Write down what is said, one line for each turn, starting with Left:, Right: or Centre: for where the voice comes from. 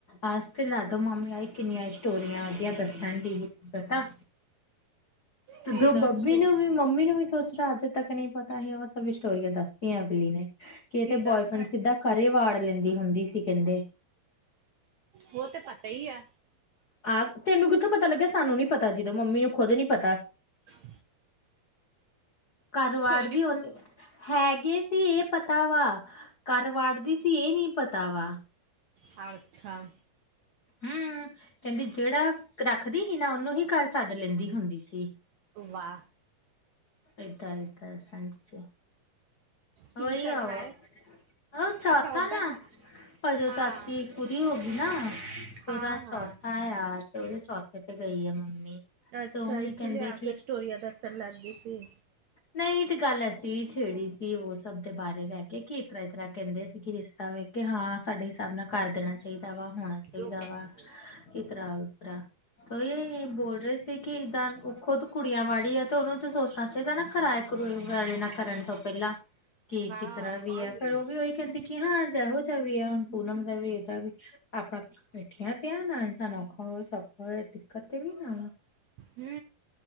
Left: ਆਸ ਤੇ ਲਾਡੋ ਮਾਮੀ ਆਏ ਕਿੰਨੀਆਂ ਸਟੋਰੀਆਂ ਉਹਦੀਆ ਦੱਸਣ ਦੀ ਸੀ ਪਤਾ।
Right: ਕੀ
Left: ਜੋ
Right: ਦੱਸ
Left: ਬੱਬੀ
Right: ਤੂੰ
Left: ਨੂੰ ਵੀ ਮੰਮੀ ਨੂੰ ਵੀ ਸੋਚ ਰਿਹਾ ਅੱਜ ਤੱਕ ਨਹੀਂ ਪਤਾ ਹੀ ਉਹ ਸਭ ਸਟੋਰੀਆਂ ਦੱਸਤੀਆਂ ਅਗਲੀ ਨੇ। ਕਿਤੇ
Right: ਕੀ ਦੱਸ
Left: ਬੋਆਏਫਰੈਂਡ ਸਿੱਧਾ ਘਰੇ ਵਾੜ ਲੈਂਦੀ ਹੁੰਦੀ ਸੀ ਕਹਿੰਦੇ।
Right: ਉਹ ਤਾਂ ਪਤਾ ਈ ਐ।
Left: ਆ ਤੈਨੂੰ ਕਿੱਥੋਂ ਪਤਾ ਲੱਗਿਆ ਸਾਨੂੰ ਨੀ ਪਤਾ ਜਦੋਂ ਮੰਮੀ ਨੂੰ ਖੁਦ ਨੀ ਪਤਾ।
Right: <inaudible>
Left: ਘਰਵਾੜ
Right: ਕਿਉਂ
Left: ਦੀ
Right: ਨੀ
Left: ਹੋਨੀ, ਹੈਗੇ ਸੀ, ਏ ਪਤਾ ਵਾ ਘਰ ਵਾੜਦੀ ਸੀ ਇਹ ਨੀ ਪਤਾ ਵਾ।
Right: ਅੱਛਾ।
Left: ਹੂੰ ਕਹਿੰਦੀ ਜਿਹੜਾ ਰੱਖਦੀ ਸੀ ਨਾ ਉਹਨੂੰ ਹੀ ਘਰ ਸੱਦ ਲੈਂਦੀ ਹੁੰਦੀ ਸੀ।
Right: ਵਾ
Left: ਇਦਾ-ਇਦਾ ਐਸ ਐਝ ਚ
Right: ਕੀ
Left: ਉਹੀ
Right: ਕਰਨਾ
Left: ਆ ਓ,
Right: ਹੈ।
Left: ਉਹ ਚਾਕਾ
Right: ਅੱਛਾ ਉਧਰ
Left: ਨਾ
Right: ਜਾ
Left: ਅਜੇ
Right: ਹਾਂ
Left: ਚਾਚੀ ਪੂਰੀ ਹੋ ਗਈ ਨਾ ਤੇ
Right: ਹਾਂ
Left: ਉਹਦਾ ਚੌਥਾ
Right: ਹਾਂ
Left: ਆ ਤੇ ਉਹਦੇ ਚੌਥੇ ਤੇ ਗਈ ਆ ਮੰਮੀ।
Right: ਅੱਛਾ
Left: ਤੇ ਉਹਨੇ
Right: ਇਸੇ
Left: ਕਹਿੰਦੇ
Right: ਲਈ ਆ ਕੇ ਸਟੋਰੀਆਂ ਦੱਸਣ ਲੱਗ ਗਈ ਸੀ।
Left: ਨਈ ਏ ਤੇ ਗੱਲ ਅਸੀਂ ਛੇੜੀ ਸੀ ਉਹ ਸਭ ਦੇ ਬਾਰੇ ਬਹਿ ਕੇ ਕਿ ਇਸ ਤਰ੍ਹਾਂ ਇਸ ਤਰ੍ਹਾਂ ਕਹਿੰਦੇ ਸੀ ਕਿ ਤਾ ਵਵੇ ਕਿ ਹਾਂ ਸਾਡੇ ਹਿਸਾਬ ਨਾਲ ਕਰ ਦੇਣਾ ਚਾਈਦਾ ਵਾ ਹੁਣ ਚਾਈਦਾ
Right: ਜੋ ਕਰਨਾ
Left: ਵਾ,
Right: ਕਰੋ
Left: ਇ ਤਰ੍ਹਾਂ-ਉ ਤਰ੍ਹਾਂ। ਕੋਈ ਬੋਲ ਰਏ ਸੀ ਕਿ ਦਾਂ। ਓ ਖੁਦ ਕੁੜੀਆਂ ਵਾਲੀ ਆ ਤੇ ਓਨੂੰ ਸੋਚਣਾ ਚਾਹੀਦਾ ਨਾ ਕਿਰਾਏ-ਕਰੂਏ ਵਾਲੇ ਨਾਲ ਕਰਨ ਤੋਂ ਪੈਲਾਂ। ਕਿ
Right: ਹਾਂ
Left: ਕਿਧਰਾ ਵੀ
Right: ਹਾਂ
Left: ਆ ਪਰ ਓ ਵੀ ਓਹੀ ਕਹਿੰਦੇ ਕਿ ਹਾਂ ਜੈਹੋ ਜਾ ਵੀ ਆ ਹੁਣ ਪੂਨਮ ਦਾ ਵੀ, ਏਦਾ ਵੀ ਆਪਣਾ ਬੈਠੀਆਂ ਤੇ ਆ, ਨਾ ਇਨਸਾਨ ਔਖਾ ਹੋਵੇ, ਸੋਖਾ ਹੋਵੇ। ਦਿੱਕਤ ਤੇ ਨੀਂ ਨਾ।
Right: ਹੂੰ।